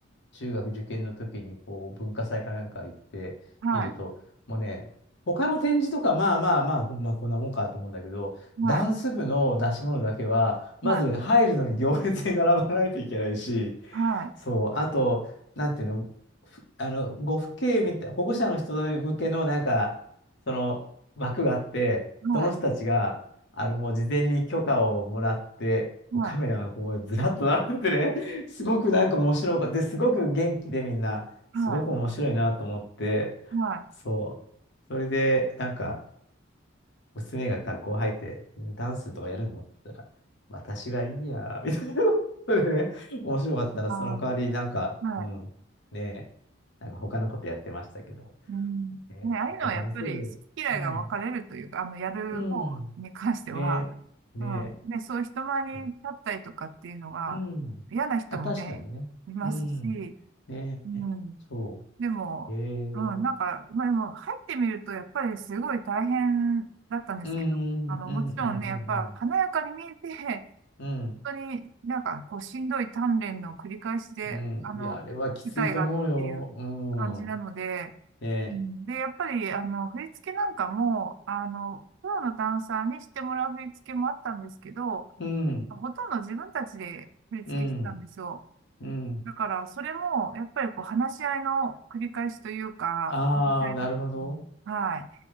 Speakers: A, on the left (about 60°); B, on the right (about 60°).
A: 中学受験の時に、こう、文化祭かなんか行ってみると、
B: はい。
A: もうね、他の展示とか、まあまあまあ、まあこんなもんかと思うんだけど、
B: はい。
A: ダンス部の出し物だけは、まず入るのに行列に並ばないといけないし、
B: はい。はい。
A: そう、あと、なんていうの、ふあの、ご父兄みたい、保護者の人向けの、なんか、その枠があって、
B: はい。
A: その人たちが、あの、もう事前に許可をもらって、
B: は
A: こうカメラがこう、ずらっと並んでね、<laughs> すごくなんか面白くで、
B: い。ね
A: すごく元気でみんな、
B: は
A: すごく面白いなと思って、
B: い。はい。
A: そう。それで、なんか、娘が学校入って、ダンスとかやるのって言ったら、私はいいや、みたいなことでね、面白かったな、
B: あ
A: その代わり、なんか、
B: ーはい。
A: うん、ね、なんか他のことやってましたけど、
B: うん。
A: ね、
B: ね、ああいうのはやっぱり好き嫌いが分かれるというか、
A: そっか、ダンス部、うん、
B: あの、やる方に関しては、
A: うん、ね、ね、
B: うん、ね、そういう人前に立ったりとかっていうのが嫌な人もね、
A: そう、うん、あ、確かにね、
B: いますし、
A: うん、ね、
B: うん。
A: そ
B: でも、
A: う、え
B: うん、
A: ー、
B: なんか、まあでも入ってみるとやっぱりすごい大変だったんですけど、
A: うん、
B: あの、
A: うん、うん、
B: もちろんね、
A: うん、
B: やっぱ華やかに見えて
A: うん、
B: 本当になんかこうしんどい鍛錬の繰り返しで、
A: うん、うん、
B: あの、
A: いや、あれはきついと思うよ、
B: 舞台があるっていう感じなので、
A: うん、ね。
B: うんで、やっぱりあの、振り付けなんかも、あの、プロのダンサーにしてもらう振り付けもあったんですけど、
A: うん、
B: ほとんど自分たちで振り付けしてたんですよ。
A: うん、うん。
B: だから、それも、やっぱりこう、話し合いの繰り返しというか、
A: ああ、
B: 話し合いとかにはい。
A: なるほど。